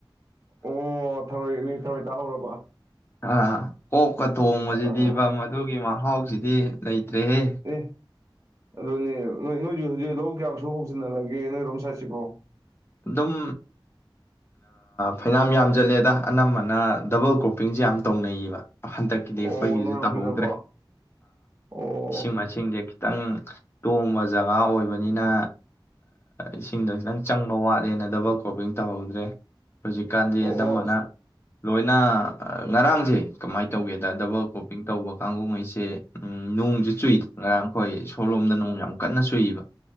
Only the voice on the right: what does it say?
ꯑꯣ ꯊꯔꯣꯏ ꯃꯤ ꯊꯔꯣꯏ ꯇꯥꯍꯧꯔꯕ
ꯑꯥ
ꯑꯦ ꯑꯗꯨꯅꯦ ꯅꯣꯏ ꯅꯣꯏꯁꯨ ꯍꯧꯖꯤꯛ ꯂꯧ ꯀꯌꯥꯝ ꯁꯨ ꯍꯧꯆꯤꯍꯂꯒꯦ ꯅꯣꯏꯔꯣꯝ ꯁꯥꯏꯠꯁꯤꯕꯨꯣ
ꯑꯣ ꯅꯣꯏꯔꯣꯝꯁꯤꯗꯀꯣ
ꯑꯣ
ꯑꯣ